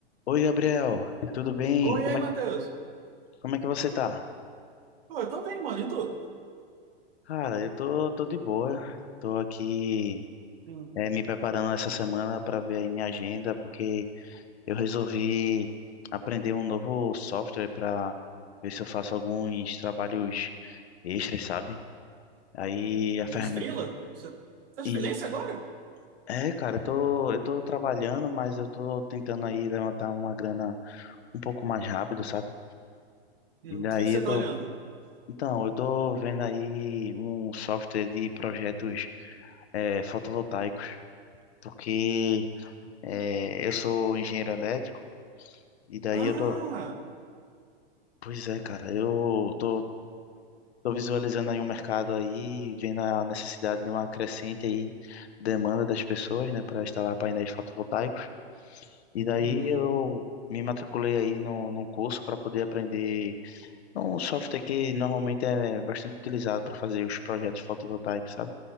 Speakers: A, on the left; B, on the right.
A: Oi, Gabriel, tudo bem?
B: Oi,
A: Como
B: e aí,
A: é,
B: Matheus?
A: como é que você tá?
B: Pô, eu tô bem, mano. E tu?
A: Cara, eu tô, tô de boa, tô aqui
B: Hum,
A: eh, me preparando essa semana para ver aí minha agenda, porque eu resolvi aprender um novo software para ver se eu faço alguns trabalhos extras, sabe? Aí a
B: uns
A: ferramenta.
B: freela? Você tá de
A: E
B: freelancer agora?
A: é, cara, eu tô, eu tô trabalhando, mas eu tô tentando aí levantar uma grana um pouco mais rápido, sabe?
B: Hum,
A: E daí
B: o que que você
A: eu
B: tá
A: tô.
B: olhando?
A: Então, eu tô vendo aí um software de projetos eh, fotovoltaicos, porque eh, eu sou engenheiro elétrico e daí
B: Ah!
A: eu tô, pois é, cara, eu tô, tô visualizando aí um mercado aí, vendo a necessidade de uma crescente aí demanda das pessoas, né, para instalar painéis fotovoltaicos. E daí
B: Uhum,
A: eu me matriculei aí no, num curso para poder aprender um software que normalmente é bastante utilizado para fazer os projetos fotovoltaicos, sabe?